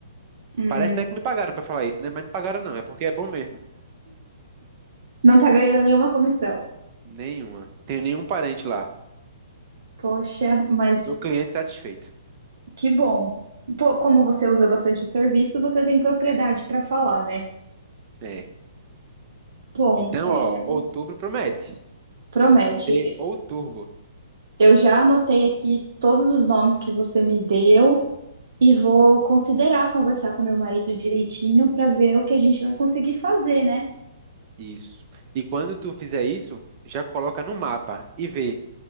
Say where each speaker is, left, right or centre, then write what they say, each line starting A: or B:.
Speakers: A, on the right; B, on the right.
A: hum,
B: Parece até que me pagaram pra falar isso, né? Mas não pagaram não, é porque é bom mesmo.
A: não tá ganhando nenhuma comissão?
B: Nenhuma. Tenho nenhum parente lá.
A: Poxa, mas
B: Sou cliente satisfeito.
A: que bom. Pô, como você usa bastante o serviço, você tem propriedade para falar, né?
B: É.
A: Bom,
B: Então,
A: é,
B: ó, outubro promete.
A: promete.
B: Vai ser ou turbo.
A: Eu já anotei aqui todos os nomes que você me deu e vou considerar conversar com meu marido direitinho para ver o que a gente vai conseguir fazer, né?
B: Isso. E quando tu fizer isso, já coloca no mapa e vê